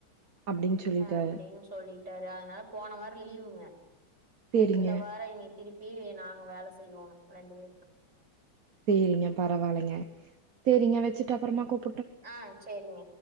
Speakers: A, on the right; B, on the right.
A: அப்டின்னு சொல்லிட்டாரு
B: அ அப்பிடின்னு சொல்லி விட்டாரு அதனால போன வாரம் லீவுங்க
A: சேரிங்க
B: இந்த வாரம் இனி திருப் பிவி நாங்க வேல செய்யோணு ரெண்டு பேருக்கு
A: சேரிங்க பரவாயில்லங்க சேரிங்க வச்சுட்டு அப்புறமா கூப்
B: ஆ சேரிங்க